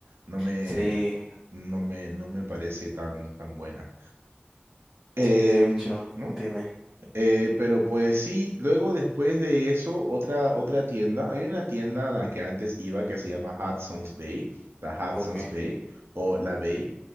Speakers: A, on the right; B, in the centre.
A: No me,
B: sí,
A: no me, no me parece tan, tan buena. Em,
B: sí, de hecho,
A: ¿no?
B: dime,
A: Eh, pero pues sí, luego después de eso, otra, otra tienda, hay una tienda a la que antes iba que se llama Hudson's Bay, la Hudson's
B: ok.
A: Bay o la Bay.